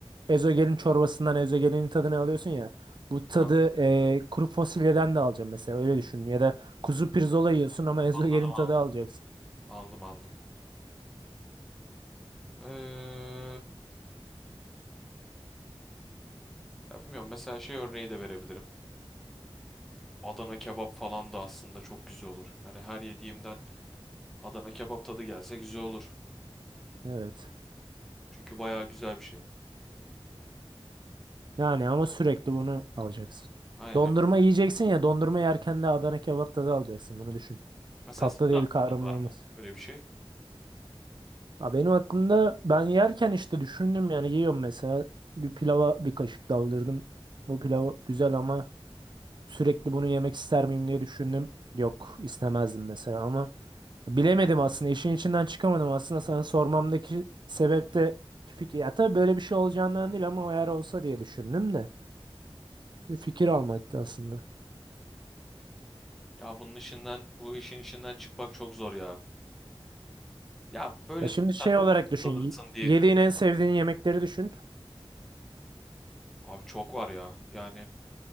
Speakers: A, on the right (about 50°); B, in the centre.
A: Ezogelin çorbasından ezogelinin tadını alıyorsun ya. Bu tadı
B: Anladım
A: e, kuru fasulyeden de alacağım mesela öyle düşün. Ya da kuzu pirzola yiyorsun ama ezogelin
B: aldım.
A: tadı alacaksın.
B: Aldım aldım. Ee, ya bilmiyorum mesela şey örneği de verebilirim. Adana kebap falan da aslında çok güzel olur. Yani her yediğimden Adana kebap tadı gelse güzel olur.
A: Evet.
B: Çünkü bayağı güzel bir şey.
A: Yani ama sürekli bunu alacaksın.
B: Aynen.
A: Dondurma yiyeceksin ya dondurma yerken de Adana kebap tadı alacaksın bunu düşün.
B: Mesela
A: Tatlı
B: senin
A: diye
B: aklında
A: bir kavramın olmaz.
B: var mı öyle bir şey?
A: Ha, benim aklımda ben yerken işte düşündüm yani yiyorum mesela bir pilava bir kaşık daldırdım. Bu pilav güzel ama sürekli bunu yemek ister miyim diye düşündüm. Yok istemezdim mesela ama Bilemedim aslında işin içinden çıkamadım aslında sana sormamdaki sebep de fikir ya tabii böyle bir şey olacağından değil ama eğer olsa diye düşündüm de bir fikir almaktı aslında.
B: Ya bunun işinden, bu işin içinden çıkmak çok zor ya. Ya böyle
A: Ya şimdi şey
B: sen nasıl
A: olarak düşün
B: dalırsın
A: y-
B: diye
A: yediğin en sevdiğin yemekleri düşün
B: abi çok var ya. Yani